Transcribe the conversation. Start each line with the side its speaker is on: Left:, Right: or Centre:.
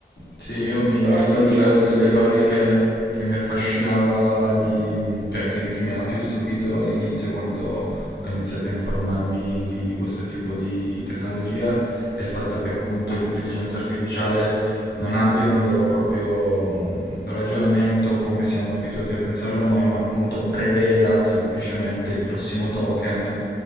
Left: Sì, io mi,
Right: Però
Left: mi ricordo
Right: sì, cioè,
Left: che è una
Right: penso
Left: delle
Right: che
Left: cose che, che mi affascinava, di, cioè che, che mi ha più stupito all'inizio quando ho iniziato a informarmi di, di questo tipo di, di tecnologia, è il fatto che appunto l'intelligenza artificiale non abbia un vero e proprio mh, ragionamento come siamo abituati a pensarlo noi, ma appunto preveda semplicemente il prossimo token